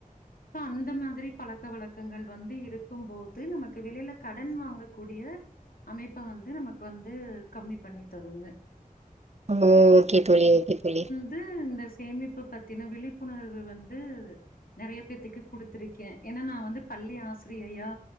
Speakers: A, on the left (about 80°); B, on the right (about 50°).
A: சோ அந்த மாதிரி பழக்க வழக்கங்கள் வந்து இருக்கும் போது நமக்கு வெளியில கடன் வாங்கக்கூடிய அமைப்ப வந்து நமக்கு வந்து கம்மி பண்ணி தருங்க
B: மம் ஓகே தோழி ஓகே தோழி
A: ம் இந்த சேமிப்பு பத்தீன விழிப்புணர்வு வந்து நறைய பேத்துக்கு குடுத்திருக்கேன் ஏன்னா நான் வந்து பள்ளி ஆசி ரியையா